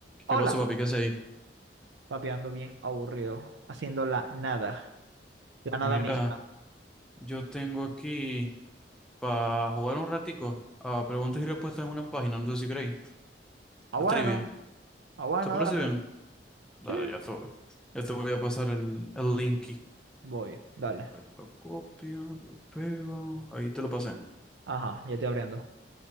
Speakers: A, on the right; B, in the centre.
A: Hola,
B: ¿Qué pasó, papi? ¿Qué hacéis?
A: papi, ando bien aburrido, haciendo la nada, la nada
B: Mira,
A: misma.
B: yo tengo aquí para jugar un ratico a preguntas y respuestas en una página, no sé si creéis,
A: Ah,
B: a
A: bueno,
B: trivia.
A: ah, bueno,
B: ¿Te parece
A: dale.
B: bien? Dale,
A: Sí,
B: ya te, ya te voy a pasar el, el link. aquí.
A: voy, dale.
B: A ver, Lo copio, lo pego, ahí te lo pasé.
A: Ajá, ya estoy abriendo.